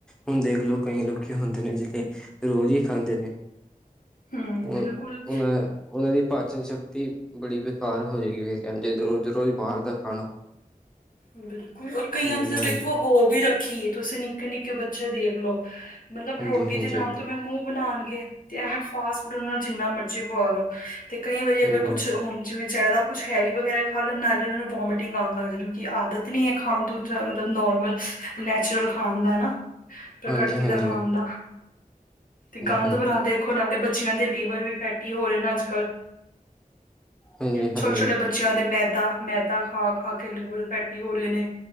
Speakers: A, in the centre; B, on the left.
A: ਹੁਣ ਦੇਖਲੋ, ਕਈ ਲੋਕੀ ਹੁੰਦੇ ਨੇ ਜਿਹੜੇ ਰੋਜ਼ ਹੀ ਖਾਂਦੇ ਨੇ।
B: ਹੂੰ,
A: ਉਹ
B: ਬਿਲਕੁਲ,
A: ਉਹਨਾ। ਉਹਨਾਂ ਦੀ ਪਾਚਨ ਸ਼ਕਤੀ ਬੜੀ ਬੇਕਾਰ ਹੋ ਜਾਏਗੀ। ਵੇ, ਇੰਜ ਰੋਜ਼ -ਰੋਜ਼ ਬਾਹਰ ਦਾ ਖਾਣਾ।
B: ਬਿਲਕੁਲ, ਔਰ ਕਈਆਂ
A: ਹਾਂਜੀ
B: ਦੀ ਤਾਂ
A: ਹਾਂਜੀ
B: ਦੇਖੋ ਹੋ ਵੀ ਰੱਖੀਏ, ਤੁਸੀਂ ਨਿੱਕੇ- ਨਿੱਕੇ ਬੱਚੇ ਦੇਖ ਲਓ। ਮਤਲਬ,
A: ਹਾਂਜੀ
B: ਰੋਟੀ
A: ਹਾਂਜੀ
B: ਦੇ ਨਾਮ ਤੋਂ ਮੈਂ ਮੂੰਹ ਬਣਾਉਣਗੇ, ਤੇ ਇਵੇਂ ਫਾਸਟ ਫੂਡ ਨਾਲ ਜਿੰਨਾ ਮਰਜ਼ੀ ਖਵਾ ਲਓ। ਤੇ ਕਈ ਵਾਰੀ
A: ਹਾਂਜੀ
B: ਅਗਰ ਕੁਛ ਹੁਣ, ਜਿਵੇਂ ਜ਼ਿਆਦਾ ਕੁਛ ਹੈਵੀ ਵਗੈਰਾ ਖਾ ਲੈਣ, ਨਾਲੇ ਉਹਨਾਂ ਨੂੰ ਵੋਮੀਟਿੰਗ ਆਉਣ ਲੱਗ ਜਾਂਦੀ। ਆਦਤ ਨੀ ਹੈ ਖਾਣ ਤੋਂ, ਜਾਂ ਮਤਲਬ ਨੋਰਮਲ ਯਾ ਨੈਚੂਰਲ ਖਾਣ ਦਾ ਨਾ ਪ੍ਰਕਿਰਤੀ
A: ਹਾਂਜੀ ਹਾਂਜੀ
B: ਦਾ ਖਾਣ ਦਾ। ਤੇ ਗੰਦ
A: ਹਾਂਜੀ
B: ਬਲਾ ਤੇ। ਹੁਣ ਵਾਲੇ ਬੱਚਿਆਂ ਦੇ ਲੀਵਰ ਵੀ ਫੈਟੀ ਹੋ ਰਹੇ ਨੇ ਅੱਜ ਕੱਲ,
A: ਹਾਂਜੀ
B: ਛੋਟੇ
A: ਹਾਂਜੀ
B: ਛੋਟੇ ਬੱਚੇ ਬੱਚਿਆਂ ਦੇ ਮੈਦਾ-ਮੈਦਾ ਖਾ-ਖਾ ਕੇ ਲੀਵਰ ਫੈਟੀ ਹੋ ਰਹੇ ਨੇ